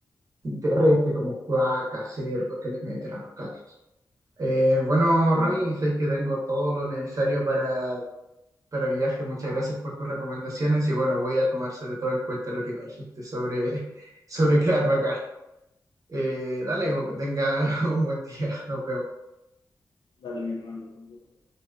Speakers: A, on the right; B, on the left.
A: terrestre como cuaca, cerdo que le meten a los caldos. Eh, bueno,
B: Ok,
A: Ronnie, sé que tengo todo lo necesario para para mi viaje, muchas gracias por tus recomendaciones y bueno, voy a tomar sobre todo en cuenta lo que me dijiste sobre, <laughs> sobre quedarme acá. Eh, dale, Hugo, que tenga <laughs> un buen día. Nos vemos.
B: Dale, mi hermano. un gusto.